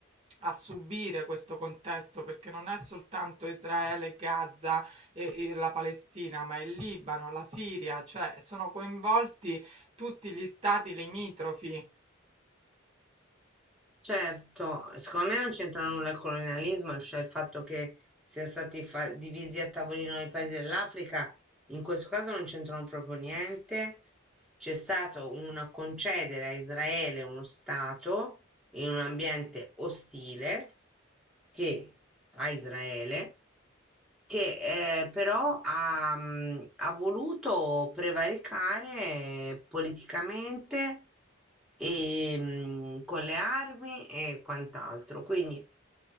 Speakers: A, on the right; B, in the centre.
A: a subire questo contesto, perché non è soltanto Israele, Gaza e, e la Palestina, ma il Libano, la Siria, cioè sono coinvolti tutti gli stati limitrofi.
B: Certo, secondo me non c'entra nulla il colonialismo, cioè il fatto che siano stati fa- divisi a tavolino i paesi dell'Africa, in questo caso non c'entrano proprio niente. C'è stato un concedere a Israele uno Stato in un ambiente ostile che a Israele che eh, però ha, mh, ha voluto prevaricare politicamente e, mh, con le armi e quant'altro. Quindi